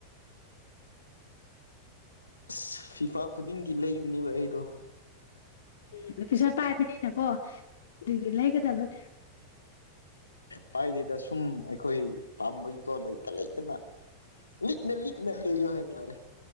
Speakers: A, on the left; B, on the left.
A: ꯑꯁ ꯐꯤꯐꯥ ꯈꯨꯗꯤꯡꯒꯤ ꯂꯩꯕꯅꯦꯕ ꯑꯩꯗꯣ
B: ꯎꯝ ꯑꯗꯨ ꯄꯩꯁꯥ ꯄꯥꯏꯕꯅꯤꯅꯀꯣ ꯑꯗꯨꯒꯤ ꯂꯩꯒꯗꯕꯅꯤ
A: ꯄꯥꯏꯗꯣꯏꯗ ꯁꯨꯝ ꯑꯩꯈꯣꯏ ꯄꯥꯝꯕꯒꯤꯀꯣ ꯂꯩꯇ ꯂꯩꯇꯅ ꯂꯤꯅꯦ ꯂꯤꯅꯦ ꯂꯩꯣ ꯍꯥꯏꯇꯥꯔꯦ